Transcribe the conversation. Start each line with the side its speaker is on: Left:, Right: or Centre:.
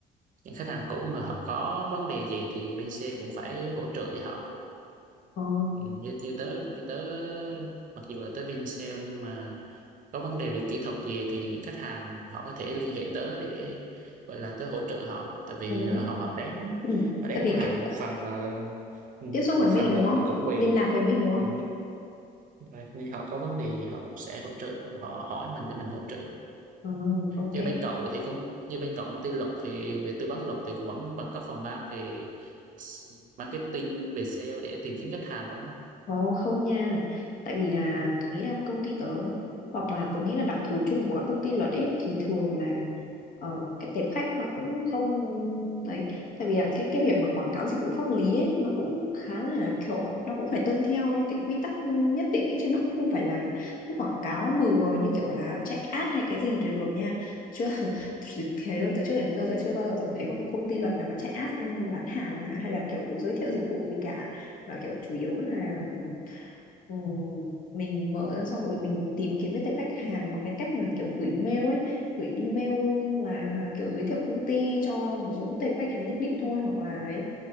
Right: những khách hàng cũ mà họ có vấn đề gì thì bên sale cũng phải hỗ trợ với họ
Left: Ờ.
Right: Ừ, như như tớ như tớ mặc dù là tới bên sale nhưng mà có vấn đề về kỹ thuật gì thì những khách hàng họ có thể liên hệ tớ để gọi là tớ hỗ trợ họ tại vì
Left: Ừ.
Right: ờ, họ họ đánh
Left: Ừ.
Right: họ đánh
Left: Tại vì
Right: mua hàng
Left: kiểu,
Right: một phần là ừ,
Left: tiếp xúc
Right: một
Left: với mình
Right: phần
Left: đúng
Right: là
Left: không?
Right: cũng cũng vì
Left: Liên lạc với mình đúng không?
Right: ừ, Right. Nên họ có vấn đề gì họ cũng sẽ hỗ trợ họ hỏi mình để mình hỗ trợ
Left: Ừ, ok.
Right: như bên cậu thì cũng như bên cậu công ty luật thì về tư vấn luật thì cũng vẫn vẫn có phòng ban về s- marketing về sale để tìm kiếm khách hàng đúng không
Left: Ồ không nha Tại vì là tôi nghĩ là công ty tớ Hoặc là tôi nghĩ là đặc thù chung của các công ty luật ấy Thì thường là ờ, Cái tệp khách nó cũng không Đấy Tại vì là cái cái việc mà quảng cáo dịch vụ pháp lý ấy Nó cũng khá là kiểu Nó cũng phải tuân theo những cái quy tắc nhất định ấy Chứ nó cũng không phải là cứ quảng cáo bừa Như kiểu là chạy ad hay cái gì trên đường nha Chưa <laughs> Thế luôn từ trước đến giờ tôi chưa bao giờ tôi thấy một cái công ty luật nào mà chạy ad bán hàng hay là kiểu giới thiệu dịch vụ gì cả và kiểu chủ yếu là Ừ, mình mở ra xong rồi mình tìm kiếm cái tệp khách hàng bằng cái cách là kiểu gửi mail ấy gửi email là kiểu giới thiệu công ty cho một số tệp khách hàng nhất định thôi hoặc là ấy.